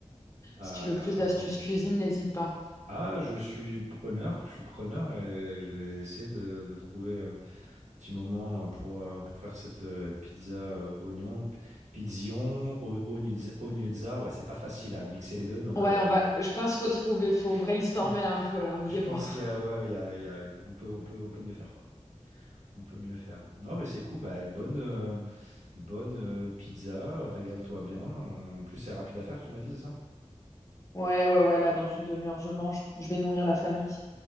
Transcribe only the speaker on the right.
à,
à-
à tenter.
Ah, je suis preneur. Je suis preneur et je vais essayer de, de trouver... euh, Petit moment euh, pour, euh, pour faire cette euh, pizza euh, oignon. P- Pizzion, o- ognuzza, ognuzza. ouais, c'est pas facile à mixer les deux, donc
euh,
<laughs>
je
pense
qu'il y a, ouais, il y a- il y a- on peut, on peut, on peut mieux faire, quoi. On peut mieux faire. Non, mais c'est cool. Bah, bonne, euh, bonne euh, pizza. Régale-toi bien. Euh, En plus, c'est rapide à faire, tu m'as dit, c'est ça?